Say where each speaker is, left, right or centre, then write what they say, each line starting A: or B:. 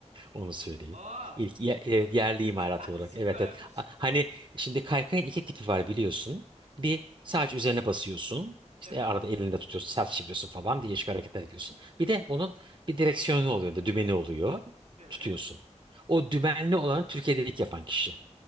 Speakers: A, on the right; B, on the right.
A: Onu söyleyeyim.
B: Aa,
A: İlk ye- evet, yerli imalat
B: <laughs>
A: olarak.
B: süpermiş.
A: Evet evet. A- Hani şimdi kaykayın iki tipi var biliyorsun. Bir sadece üzerine basıyorsun. İşte
B: Evet,
A: arada elinde tutuyorsun, sert çeviriyorsun falan değişik hareketler ediyorsun. Bir de onun bir direksiyonu oluyor, da dümeni oluyor.
B: evet.
A: Tutuyorsun. O dümenli olanı Türkiye'de ilk yapan kişi.